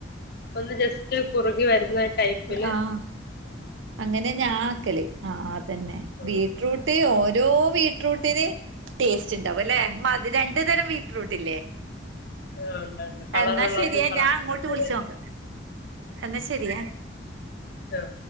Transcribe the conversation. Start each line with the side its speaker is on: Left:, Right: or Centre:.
Left: ഒന്ന് ജസ്റ്റ് കുറുകി വരുന്ന ടൈപ്പില്
Right: ആഹ് അങ്ങനെ ഞാ ആക്കല് ആഹ് അതന്നെ
Left: ഉം
Right: ബീറ്റ്റൂട്ട് ഓരോ വീ ട്രൂട്ടിന് ടേസ്റ്റ് ഇണ്ടാവും അല്ലെ മതിര രണ്ടു തരം ബീറ്റ്റൂട്ട് ഇല്ലേ
Left: ആഹ് ഉണ്ട് ഉണ്ട് കളറുള്ളതും
Right: എന്നാ ശരിയേ
Left: കളറില്ലാത്തതും
Right: ഞാൻ അങ്ങോട്ട് വിളിച്ച് നോക്ക് എന്നാ ശരി ഞാ
Left: ആഹ്